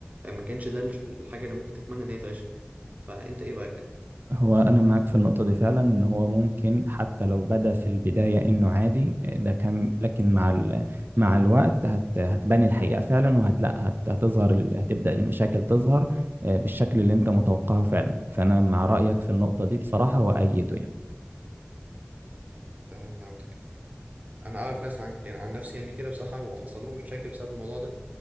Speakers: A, on the right; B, on the right.
A: ما كانش ده الش- الحاجه اللي ممكن تتمنى ان هي تعيشها فانت ايه رايك
B: هو أنا معاك في النقطة دي فعلا إن هو ممكن حتى لو بدأ في البداية إنه عادي آه، ده كان لكن مع ال... مع الوقت هت... هتبان الحقيقة فعلا وهتلاقي هت... هتظهر ال... هتبدأ المشاكل تظهر آه، بالشكل اللي أنت متوقعه فعلا فأنا مع رأيك في النقطة دي بصراحة وأيده يعني
A: آه، فهمتك انا اعرف ناس عن يعني عن نفسي يعني كده بصراحه وحصل لهم مشاكل بسبب الموضوع ده